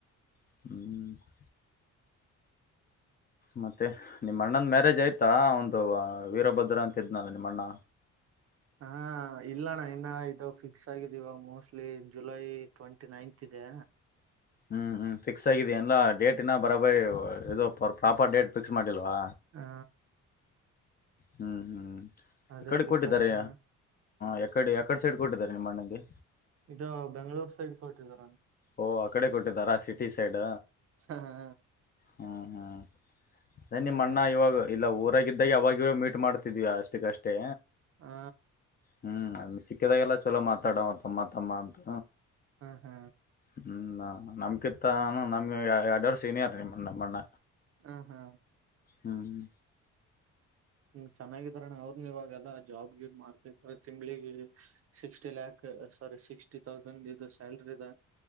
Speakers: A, on the left; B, on the right.
A: ಹ್ಮ್ ಮತ್ತೆ ನಿಮ್ಮ ಅಣ್ಣಂದ ಮ್ಯಾರೇಜ್ ಆಯ್ತಾ ಒಂದು ವೀರಭದ್ರ ಅಂತ ಇದ್ನಲ್ಲ ನಿಮ್ಮ ಅಣ್ಣ
B: ಹಾ ಇಲ್ಲಣ ಇನ್ನ ಇದು ಫಿಕ್ಸ್ ಆಗಿದೆ ಇವಾಗ ಮೋಸ್ಟ್ಲಿ ಜುಲೈ ಟ್ವೆಂಟಿ ನೈನ್ತ್ ಇದೆ
A: ಹ್ಮ್ ಹ್ಮ್ ಫಿಕ್ಸ್ ಆಗಿದ ಎಲ್ಲ ಡೇಟ್ ಇಿನ ಬರಾಬರಿ ಪ್ರಾಪರ್ ಡೇಟ್ ಫಿಕ್ಸ್ ಮಾಡಿಲ್ವಾ
B: ಹಾ
A: ಹ್ಮ್ ಹ್ಮ್
B: ಅದೇ
A: ಎಕಡೆ
B: ಫಿಕ್ಸ್
A: ಕೊಟ್ಟಿದ್ದಾರೆ
B: ಆಗಿದ್ದಾನ
A: ಹಎಕಡೆ ಯಕಡೆ ಸೈಡ್ ಕೊಟ್ಟಿದ್ದಾರೆ ನಿಮ್ಮ ಅಣ್ಣಗೆ
B: ಈಗ ಬೆಂಗಳೂರು ಸೈಡ್ ಕೊಟ್ಟಿದರ
A: ಓಹ್ ಆ ಕಡೆ ಕೊಟ್ಟಿದ್ದಾರ ಸಿಟಿ ಸೈಡ್
B: ಹಾ ಹಾ
A: ಹ್ಮ್ ಹ್ಮ್ ಸರಿ
B: ಎಲ್ಲ
A: ಅಣ್ಣ ಇವಾಗ ಇಲ್ಲ ಊರಾಗಿದ್ದಾಗ ಅವಾಗವ ಮೀಟ್ ಮಾಡ್ತಿದ ಅಷ್ಟಕ್ಕಷ್ಟೇ
B: ಹಾ
A: ಹ್ಮ್ ಅದ್ ಸಿಕ್ಕಿದಾಗೆಲ್ಲ ಚಲೋ ಮಾತಾಡವ ತಮ್ಮ ತಮ್ಮ ಅಂತ
B: ಹ ಹಾ.
A: ಹ್ಮ ನಮ್ಕಿತ್ತಾನು ನಮ್ಗೆ ಎರಡ್ವರ್ಷ ಸೀನಿಯರ್ ನಮ್ಮಣ್ಣ.
B: ಹ ಹಾ
A: ಹ್ಮ್.
B: ಹ್ಮ ಚೆನ್ನಾಗಿದಾರಣ್ಣಾ ಅವ್ರನು ಇವಾಗೆಲ್ಲಾ ಜಾಬ್ಗೆ ಗಿಬ್ ಮಾಡ್ತ ತಿಂಗ್ಳಿಗೆ sixty lakh sorry sixty thousand ಇದು ಸ್ಯಾಲ್ರಿ ಅದ.